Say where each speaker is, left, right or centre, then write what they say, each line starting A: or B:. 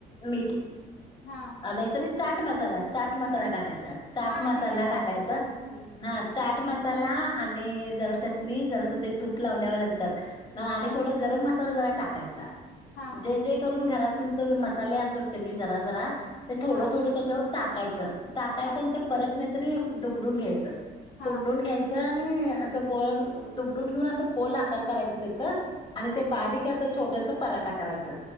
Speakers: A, on the left; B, on the left.
A: मीठ
B: हा
A: अ नाहीतरी चाट मसाला चाट मसाला टाकायचा. चाट
B: हा
A: मसाला
B: आहे की चाट
A: टाकायचा
B: मसाला घरी
A: हा चाट मसाला आणि जरा चटणी नि जर असं ते तूप लावल्या नंतर नंतर आणि
B: हा
A: थोडा गरम मसाला झा टाकायचा.
B: हा
A: जे जे करून घरात तुमचे जे मसाले असतात की नाही जरा जरा ते थोड
B: हा
A: थोडं त्याच्यावर टा कायच. टाकायचं
B: हा
A: आणि ते परत नाही तरी दुमडून घ्यायचं.
B: हा
A: दुमडून घ्यायचं. हं. अस गोल दुमडून घेऊन अस गोल आकार करायच त्या आणि
B: हा
A: ते बारीक असं छोटस पराठा करायचा.